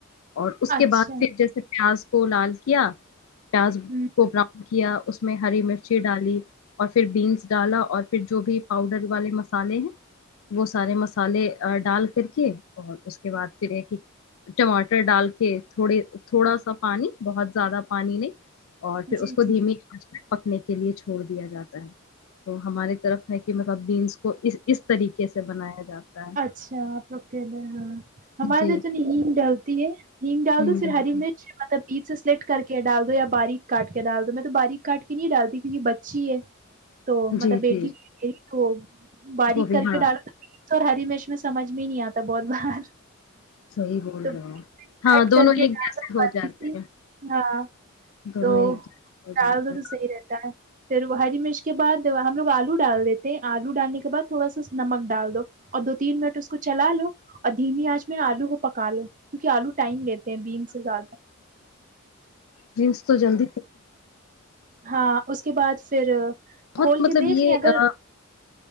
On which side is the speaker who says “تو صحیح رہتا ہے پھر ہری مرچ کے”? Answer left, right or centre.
Right